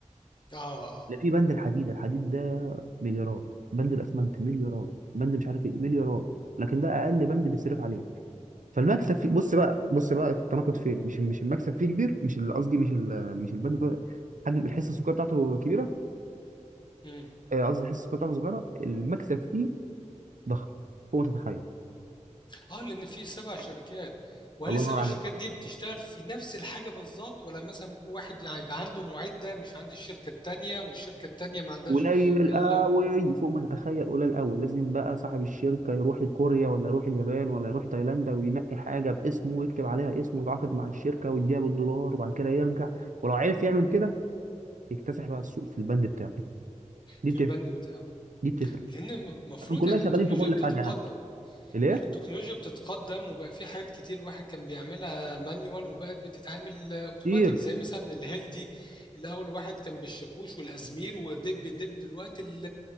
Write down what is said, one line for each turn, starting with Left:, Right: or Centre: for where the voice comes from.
Left: اه اه
Right: لا في بند الحديد الحديد ده مليارات بند الاسمنت مليارات بند مش عارف ايه مليارات لكن ده اقل بند بيصرف عليه فالمكسب فيه بص بقى بص بقى التناقض فين مش مش المكسب فيه كبير مش ال- قصدي مش ال- مش البند ده- حجم الحصه السكريه بتاعته كبيره
Left: اه
Right: آه، قصدي الحصه السكريه بتاعته صغيره المكسب فيه ضخم فوق ما تتخيل
Left: اه لان في سبع شركات وهل
Right: الله
Left: السبع
Right: ينور عليك
Left: شركات دي بتشتغل في نفس الحاجه بالظبط ولا مثلا ممكن واحد يعني يبقى عنده معده مش عند الشركه التانيه والشركه التانيه ما عندهاش
Right: قليل
Left: الا
Right: قوي فوق ما تتخيل قليل قوي لازم بقى صاحب الشركه يروح كوريا ولا يروح اليابان ولا يروح تايلاند وينقي حاجه باسمه ويكتب عليها اسمه ويتعاقد مع الشركه ويديها بالدولار وبعد كده يرجع ولو عرف يعمل كده يكتسح بقى السوق في البند بتاعه دي
Left: في
Right: بتفرق
Left: البند بتاعه
Right: دي بتفرق
Left: لان الم- المفروض
Right: احنا كلنا
Left: يعني
Right: شغالين
Left: التكنولوجيا
Right: في كل
Left: بتتقدم
Right: حاجه يعني ليه؟
Left: التكنولوجيا بتتقدم وبقى في حاجات كتير الواحد كان بيعملها مانيوال وبقت بتتعمل آه، اوتوماتيك
Right: كتير
Left: زي مثلا الهيلتي الاول واحد كان بالشاكوش والازمير ودب دب دلوقتي